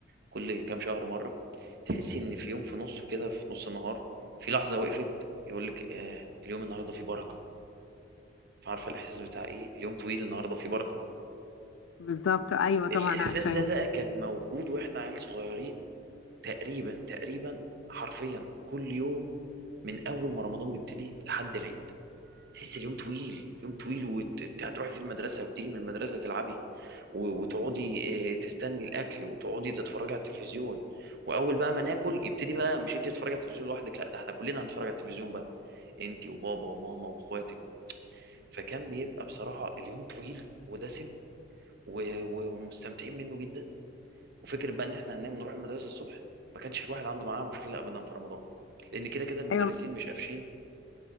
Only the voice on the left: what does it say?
بالظبط أيوة طبعا
عارفاه
أيوة